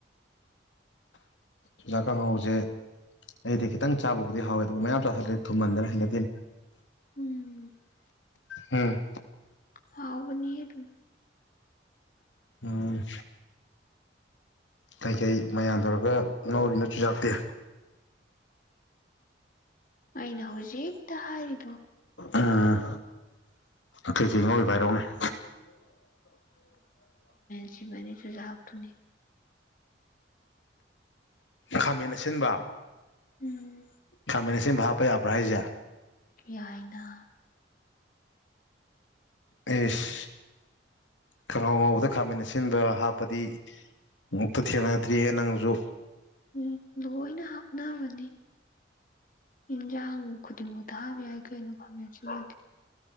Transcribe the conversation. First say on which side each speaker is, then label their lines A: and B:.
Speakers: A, on the left; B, on the left.
A: ꯄꯨꯖꯥꯛ ꯀꯥꯡꯍꯧꯁꯦ ꯑꯩꯗꯤ ꯈꯤꯇꯪ ꯆꯥꯕꯕꯨꯗꯤ ꯍꯥꯎꯋꯦ ꯑꯗꯨꯒ ꯃꯌꯥꯝ ꯆꯥꯁꯤꯂꯦ ꯊꯨꯝꯍꯟꯗꯅ ꯍꯩꯅꯗꯦ
B: ꯎꯝ
A: ꯍꯝ
B: ꯍꯥꯎꯕꯅꯤꯌꯦ ꯇ
A: ꯑꯝ ꯀꯩꯀꯩ ꯃꯌꯥꯝ ꯇꯧꯔꯒ ꯉꯧꯔꯤꯅꯁꯨꯨꯖꯥꯠꯇꯦ
B: ꯑꯩꯅ ꯍꯧꯖꯤꯛꯇ ꯍꯥꯏꯔꯤꯗꯣ
A: ꯎꯝ ꯐꯤ ꯀꯩ ꯉꯧꯔꯤꯚꯥꯏꯔꯣꯅꯦ ꯍ
B: ꯁꯤꯖꯤ ꯃꯅꯤ ꯇ ꯌꯥꯍ ꯊꯨꯡꯅꯤ
A: ꯈꯥꯃꯦꯟ ꯑꯁꯤꯟꯕ
B: ꯎꯝ
A: ꯈꯥꯃꯦꯟ ꯁꯦꯝꯕ ꯍꯥꯞꯄ ꯌꯥꯕ꯭ꯔꯥ ꯍꯥꯏꯁꯦ
B: ꯌꯥꯏꯅ
A: ꯑꯦꯁ ꯈꯉꯥꯎ ꯉꯥꯎꯧꯕꯗ ꯈꯥꯃꯤꯟꯅ ꯑꯁꯤꯟꯕ ꯍꯥꯞꯄꯗꯤ ꯑꯃꯨꯛꯇ ꯊꯦꯡꯅꯗ꯭ꯔꯤꯍꯦ ꯅꯪꯁꯨ
B: ꯎꯝ ꯂꯣꯏꯅ ꯍꯥꯞꯅꯕꯅꯤ ꯌꯦꯟꯁꯥꯡ ꯈꯨꯗꯤꯡꯃꯛꯇ ꯍꯥꯕ ꯌꯥꯏ ꯀꯩꯅꯣ ꯈꯝꯃꯦ ꯁꯤꯃꯗꯤ